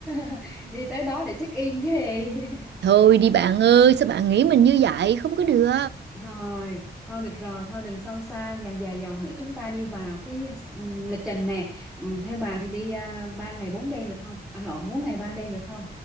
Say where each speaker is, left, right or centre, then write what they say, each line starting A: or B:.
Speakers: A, in the centre; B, on the right.
A: <laughs> đi tới đó để check in cái gì <laughs>
B: thôi đi bạn ơi sao bạn nghĩ mình như vậy không có được
A: rồi thôi được rồi thôi đừng sâu xa dòng dài dòng nữa chúng ta đi vào cái ừ, lịch trình nè ừ, theo bà thì đi uh, 3 ngày 4 đêm được không à lộn 4 ngày 3 đêm được không